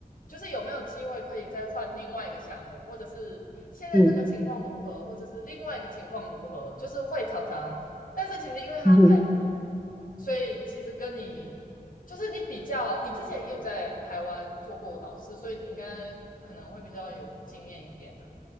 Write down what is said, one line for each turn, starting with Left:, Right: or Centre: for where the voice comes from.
Left: 就是有没有机会可以再换另外一个项目，或者是现在这个情况如何，
Centre: 嗯
Left: 或者是另外一个情况如何，就是会常常，但是其实因为他太忙，
Centre: 嗯哼。
Left: 所以其实跟你就是你比较，你之前也有在台湾做过老师，所以你应该可能会比较有经验一点啊。